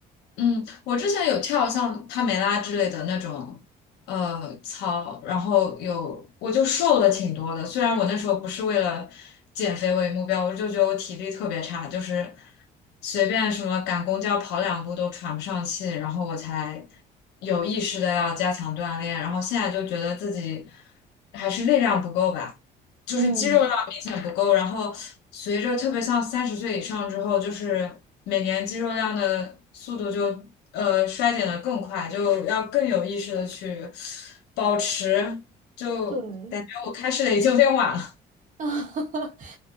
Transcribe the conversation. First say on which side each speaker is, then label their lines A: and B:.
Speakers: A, on the left; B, on the right.
A: 嗯，我之前有跳像帕梅拉之类的那种呃操，然后有我就瘦了挺多的。虽然我那时候不是为了减肥为目标，我就觉得我体力特别差，就是随便什么赶公交跑两步都喘不上气，然后我才有意识的要加强锻炼。然后现在就觉得自己还是力量不够吧。就是肌肉量明显不够，
B: 嗯，
A: 然后随着特别像三十岁以上之后，就是每年肌肉量的速度就呃衰减的更快，就要更有意识的去保持，就感觉我开始的已经有点晚了。
B: 对。<laughs> 啊，